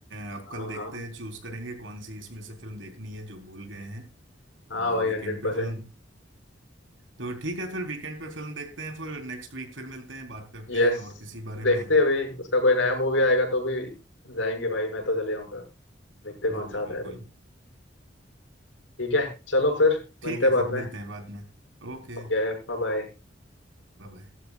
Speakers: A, on the right; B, on the left.
A: अ, अब
B: हाँ
A: कल देखते
B: हाँ
A: हैं चूज करेंगे कौन सी इसमें से फिल्म देखनी है जो भूल गए हैं
B: हाँ
A: और
B: भाई
A: वीकेंड
B: हंड्रेड परसेंट।
A: पे फिल्म तो ठीक है फिर वीकेंड पे फिल्म देखते हैं फिर नेक्स्ट वीक फिर मिलते हैं बात करते
B: यस
A: हैं और किसी बारे
B: देखते
A: में
B: हैं अभी उसका कोई नया मूवी
A: हाँ
B: आएगा तो भी जाएंगे भाई मैं तो चले आऊंगा देखते हैं कौन
A: बिल्कुल
B: सा आता
A: बिल्कुल
B: है अभी ठीक है चलो फिर
A: ठीक
B: मिलते
A: है
B: हैं बाद
A: फिर मिलते
B: में
A: हैं बाद में Okay
B: Okay bye bye
A: bye bye